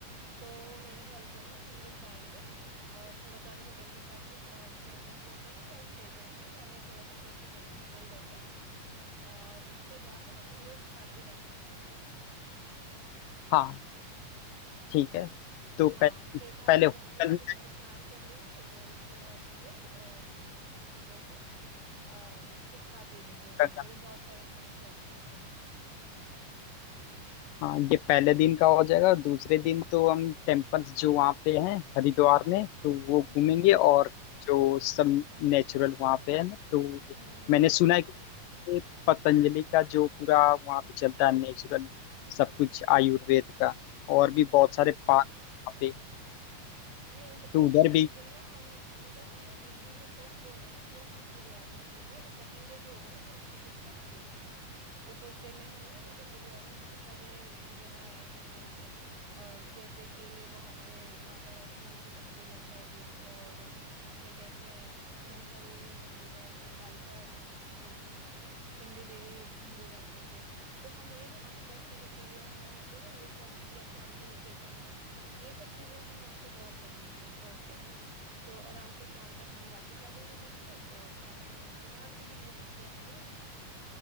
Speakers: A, on the right (about 70°); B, on the left (about 85°).
A: तो मेरे ख्याल से ना हम लोग जाएंगे और थोड़ा पहले होटल में जाके चेंज वेंज कर लेंगे या स्टे करेंगे पहले थोड़ा सा फ्रेश हो जाएंगे होटल जाके और उसके बाद हम लोग घाट पे जा सकते हैं
B: हाँ ठीक
A: है ना
B: है तो
A: हाँ
B: पह,
A: फिर घाट
B: पहले
A: पे
B: होटल
A: जाने के बाद
B: में
A: घ- स्नान कर लेंगे और उसके बाद हम लोग अ, क्या कहते हैं आ, कुछ खा पी लेंगे वहां
B: गंगा
A: पे तो बहुत सारे खाने के ऑप्शंस हैं
B: हाँ ये पहले दिन का हो जाएगा दूसरे दिन तो हम टेम्पल्स जो वहाँ पे हैं हरिद्वार में तो वो
A: हम्म
B: घूमेंगे
A: हम्म
B: और जो सब नेचुरल वहाँ पे है ना तो
A: हम्म
B: मैंने सुना है कि ये पतंजलि का जो पूरा वहाँ पे चलता है नेचुरल सब कुछ आयुर्वेद का और
A: हम्म
B: भी बहुत
A: हम्म।
B: सारे पार्क वहाँ पे
A: नहीं बताए
B: तो उधर
A: क्या
B: भी
A: उस दिन ना हम अ, मतलब हम ना एक दिन जो फर्स्ट डे होगा ना वो हम हरिद्वार का रख लेंगे और सेकंड डे जो होगा ना वो ऋषिकेश का रख लेते हैं तो फर्स्ट डे में हम ना जैसे हरिद्वार में बहुत सारे जगह है घूमने की अ, जैसे कि वहाँ पे माता वैष्णो देवी मंदिर है शायद एक और क्या कहते हैं मनसा देवी मंदिर है फिर कालका अम, ये चंडी देवी मंदिर है वहां पे तो हम ये ना आसपास की जो चीजें हैं वहां पे ना ये सब या शांति निकेतन है ये सब चीजें हम वहां पे कवर कर लेंगे फर्स्ट डे पे तो आराम से शाम तक हम वापस आ जाएंगे घूमकर और शाम को हम गंगा आरती भी ले सकते हैं है ना